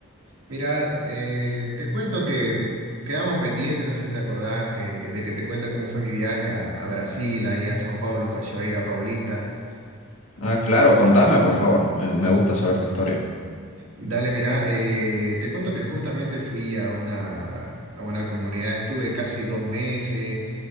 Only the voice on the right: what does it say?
Mira, eh, te cuento que quedamos pendientes, no sé si te acordás, eh, de que te cuenta cómo fue mi viaje a, a Brasil, ahí a São Paulo, Cachoeira, Paulista.
Dale, mira, eh, te cuento que justamente fui a una, a una comunidad, estuve casi dos meses